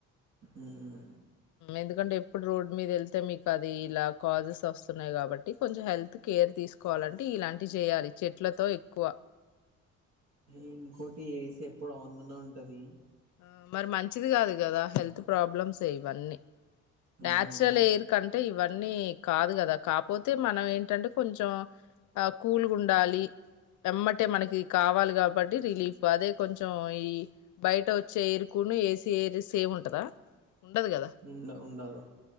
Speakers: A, on the right; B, on the left.
A: ఉమ్,
B: ఎందుకంటే ఇప్పుడు రోడ్ మీద వెళ్తే మీకు అది ఇలా కాజెస్ వస్తున్నాయి కాబట్టి కొంచెం హెల్త్ కేర్ తీసుకోవాలంటే ఇలాంటి చేయాలి చెట్లతో ఎక్కువ
A: ఇంకోటి ఏసీ ఎప్పుడు ఆన్ లోనే ఉంటది
B: ఆ మరి మంచిది కాదు కదా హెల్త్ ప్రాబ్లమ్స్ ఏ ఇవన్నీ
A: ఉమ్,
B: నాచురల్ ఎయిర్ కంటే ఇవన్నీ కాదు కదా కాకపోతే మనం ఏంటంటే కొంచెం ఆ కూల్గా ఉండాలి ఎమ్మటే మనకి కావాలి కాబట్టి రిలీఫ్ అదే కొంచెం ఈ బయట వచ్చి చేయిర్కును ఏసీ ఎయిర్ సేమ్ ఉంటదా ఉండదు కదా
A: ఉండ ఉండదు